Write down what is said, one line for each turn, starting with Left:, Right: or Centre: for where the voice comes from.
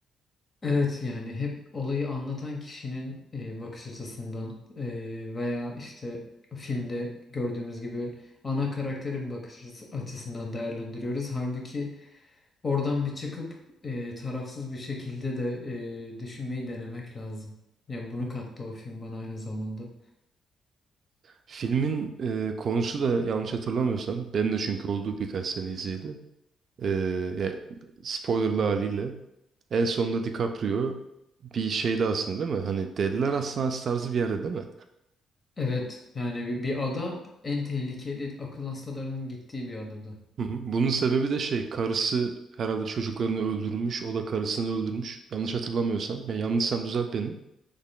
Left: Evet yani hep olayı anlatan kişinin e, bakış açısından e, veya işte filmde gördüğümüz gibi ana karakterin bakış açısı- açısından değerlendiriyoruz. Halbuki oradan bir çıkıp e, tarafsız bir şekilde de e, düşünmeyi denemek lazım. Yani bunu kattı o film bana aynı zamanda.
Right: Filmin e, konusu da yanlış hatırlamıyorsam benim de çünkü olduğu birkaç sene izleyeli. E, ya, spoilerlı haliyle en sonunda DiCaprio bir şeyde aslında değil mi? Hani Deliler Hastanesi tarzı bir yerde değil mi?
Left: Evet yani bir, bir ada en tehlikeli akıl hastalarının gittiği bir adada.
Right: Hı hı. Bunun sebebi de şey karısı herhalde çocuklarını öldürmüş. O da karısını öldürmüş. Yanlış hatırlamıyorsam. Yani yanlışsam düzelt beni.